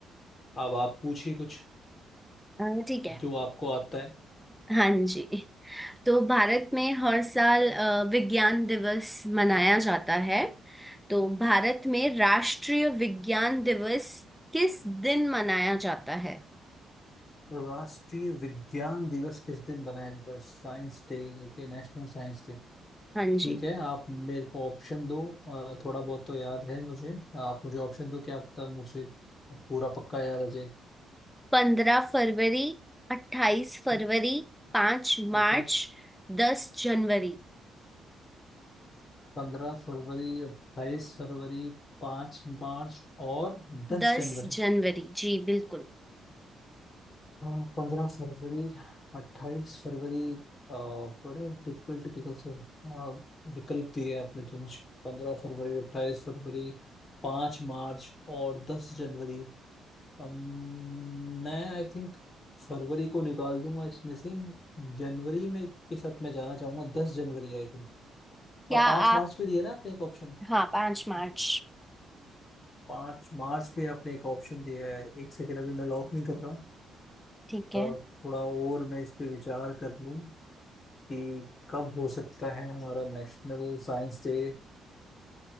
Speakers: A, on the left; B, in the centre.
A: अब आप पूछिए कुछ
B: अ, ठीक है
A: जो आपको आता है
B: हाँ जी तो भारत में हर साल अ, विज्ञान दिवस मनाया जाता है तो भारत में राष्ट्रीय विज्ञान दिवस किस दिन मनाया जाता है
A: राष्ट्रीय विज्ञान दिवस किस दिन मनाया जाता है Science day Okay national science day
B: हाँ
A: ठीक
B: जी
A: है आप मेरे को ऑप्शन दो अ, थोड़ा बहुत तो याद है मुझे आप मुझे ऑप्शन दो क्या पता मुझे पूरा पक्का याद आ जाए
B: पंद्रह फरवरी अट्ठाईस
A: ठीक
B: फरवरी पांच
A: ठीक
B: मार्च
A: है
B: दस जनवरी
A: पंद्रह फरवरी अट्ठाईस फरवरी पाँच मार्च और दस
B: दस
A: जनवरी
B: जनवरी जी बिल्कुल
A: हाँ, पंद्रह फरवरी अट्ठाईस फरवरी अ, बड़े टिपिकल टिपिकल से अ, विकल्प दिए आपने तो मुझे पंद्रह फरवरी अट्ठाईस फरवरी पाँच मार्च और दस जनवरी अम, मैं आई थिंक फरवरी को निकाल दूंगा इसमें से जनवरी में के साथ मैं जाना चाहूंगा दस जनवरी आई थिंक
B: क्या
A: और पाँच
B: आप
A: मार्च भी दिया ना आपने एक ऑप्शन
B: हाँ पांच मार्च
A: पांच मार्च पे आपने एक ऑप्शन दिया है एक सेकेंड अभी मैं लॉक नहीं कर रहा हूँ
B: ठीक है
A: अ, थोड़ा और मैं इस पे विचार कर लूँ कि कब हो सकता है हमारा नेशनल साइंस डे